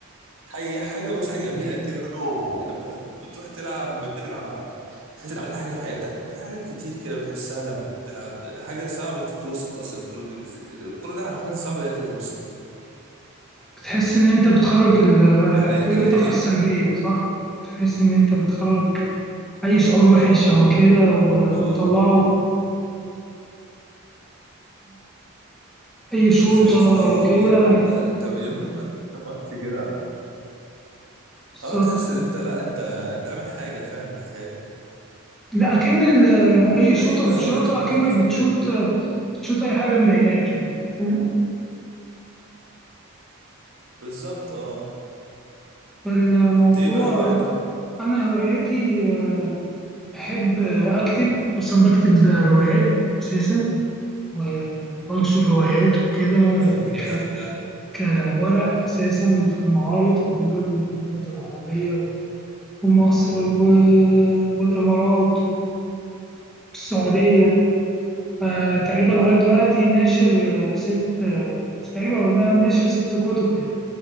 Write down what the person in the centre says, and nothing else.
بتحس ان انت بتخرج ال-
كل
الطاقه السلبيه
صح تحس ان انت بتخرج أي
شعور وحش
أو كده وبتطلعه
أي
شوطة
أو
كده
بالظبط
لا أكن ال- أي
شوطة
بتشوطها
أكنك بتشوط
بتشوط أي حاجة مضايقاك يعني فاهم؟
فالموضوع
أنا هواياتي آه، بحب آه، أكتب أصلا بكتب روايات أساسا وبنشر روايات وكده
ك- كورق أساسا وفي المعارض عموما المعارض العربية ومصر و- والإمارات والسعودية آه، تقريبا لغاية دلوقتي ناشر ست آه، مش تقريبا هو نا- ناشر ست كتب يعني